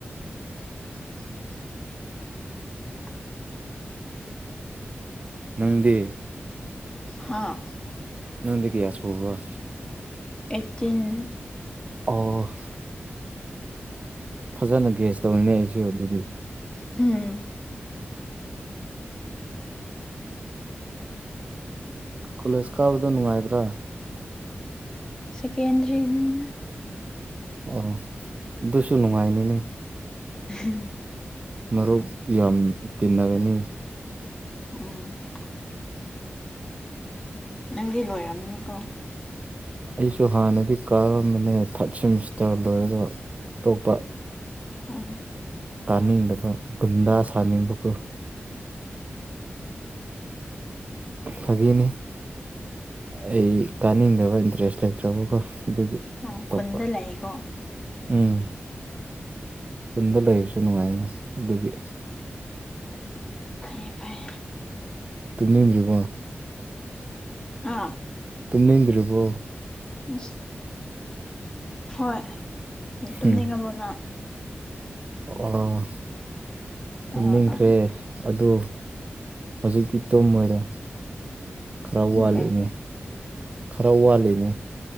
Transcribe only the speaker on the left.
<inaudible>
ꯍꯥꯥ
ꯑꯩꯠꯇꯤꯟ
<unintelligible>
ꯁꯦꯀꯦꯟꯗꯔꯤꯅꯤꯅ
<unintelligible>
ꯎꯝ ꯅꯪꯗꯤ ꯂꯣꯏꯔꯝꯅꯤꯀꯣ
ꯎꯝ
ꯅꯪ
ꯈꯨꯟꯗ ꯂꯥꯛꯏꯀꯣ
ꯐꯩꯌꯦ ꯐꯩꯌꯦ
ꯍꯥꯥ
ꯎꯁ꯫ ꯍꯣꯏ ꯅꯥ ꯇꯨꯝꯅꯤꯡꯉꯕꯣꯅꯪ꯫
ꯑꯥ ꯑꯥ
ꯀꯩꯒꯤ